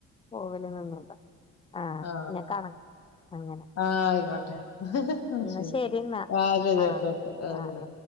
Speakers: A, on the left; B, on the left.
A: പോവല് നിന്നതാ ആഹ്
B: ആ
A: പിന്നെ കണ അങ്ങനെ
B: ആ ആയിക്കോട്ടെഹ് ഹ്
A: എന്നാ
B: ശെരി.
A: ശരി എന്നാ
B: ആ ശെ രി
A: ആഹ്
B: ഓക്കേ
A: ഓക്കെ
B: ഓക്കേ ആ
A: ആഹ്
B: ശെരി.
A: ആഹ്